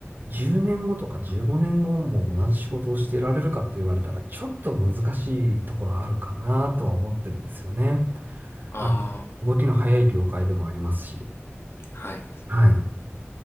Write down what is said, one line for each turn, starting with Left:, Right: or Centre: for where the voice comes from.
Right: 10年後とか15年後も同じ仕事をしていられるかって言われたら、ちょっと難しいところあるかなとは思ってるんですよね。
Left: あ
Right: あの、動きの早い業界でもありますし、
Left: あ、はい。
Right: はい。